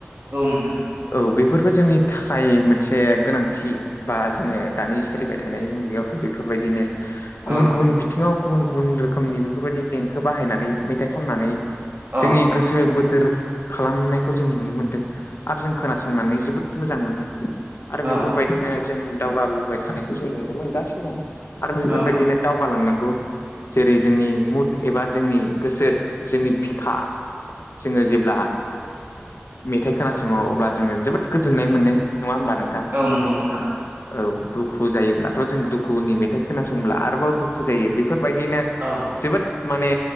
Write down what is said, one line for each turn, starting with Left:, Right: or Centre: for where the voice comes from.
Right: औ नोंथां
Left: औ बेफोरबो जोंनि थाखाय मोनसे गोनांथि बा जोङो दानि सोलिबाय थानाय मुगायावथ' बेफोरबायदिनो गुबुन
Right: औ
Left: गुबुन बिथिङाव गुबुन गुबुन रोखोमनि बेफोरबायदि देंखो बाहायनानै मेथाइ खननानै
Right: औ
Left: जोंनि गोसो बोथोर खालामनायखौ जों नुनो मोन्दों आरो जों खोनासंनानै जोबोद मोजां मोनो आरो
Right: औ
Left: बेफोरबायदिनो जों दावगाबोबाय थानायखौ जों नुनो मोनगासिनो दं आरो बेफोरबायदिनो
Right: औ
Left: दावगालांनांगौ जेरै जोंनि मुद एबा जोंनि गोसो जोंनि बिखा जोङो जेब्ला मेथाइ खोनासङो अब्ला जोङो जोबोद गोजोननाय मोनो नङा होमबा नों
Right: औ नंगौ नोंथां
Left: औ दुखु जायोब्लाथ' जों दुखुनि मेथाइ खोनासंब्ला आरोबाव दुखु जायो बेफोरबायदिनो
Right: औ
Left: जोबोद माने